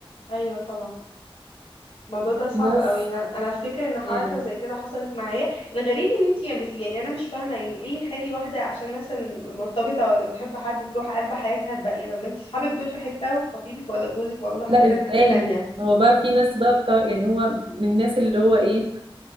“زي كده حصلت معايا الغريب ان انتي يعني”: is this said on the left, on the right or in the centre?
Left